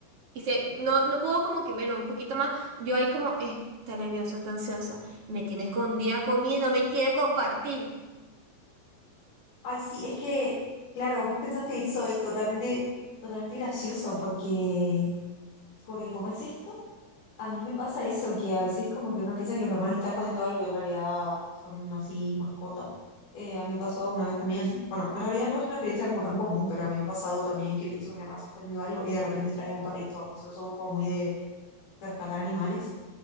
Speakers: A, on the right (about 45°); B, on the left (about 70°).
A: Y se, no, no puedo como que menos, un poquito más. Yo ahí como, eh, está nerviosa, está ansiosa. Me tiene escondida comida, y no me quiere compartir.
B: ay, sí, es que, claro, vos pensaste eso y totalmente, totalmente gracioso porque... Porque como es esto, a mí me pasa eso, que a veces como que uno piensa que los hermanos están escondiendo algo y en realidad son así mascotas. Eh, a mí me pasó una vez también, bueno, en realidad no es una experiencia como tan común, pero a mí me ha pasado también que pienso que mi hermano está escondiendo algo y de repente trae un perrito. Nosotros somos como muy de, de rescatar animales